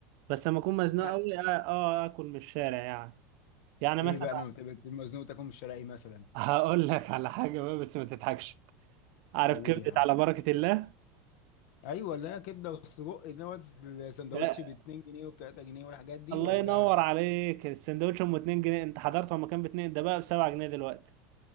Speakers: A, on the right; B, on the left.
A: بس لما اكون مزنوق
B: ما
A: قوي اه آه، اكل من الشارع يعني يعني مثلا
B: ايه بقى لما بتبقى مزنوق تاكل من الشارع ايه مثلا
A: <laughs> هقول لك على حاجة بقى بس ما تضحكش عارف
B: قول
A: كبدة
B: يا عم
A: على بركة الله
B: ايوه لا كبده والسجق اللي هو السندوتش
A: لا،
B: ب 2 جنيه وب 3 جنيه والحاجات دي
A: الله
B: ولا
A: ينور عليك السندوتش ام 2 جنيه انت حضرته لما كان ب 2 ده بقى ب 7 جنيه دلوقتي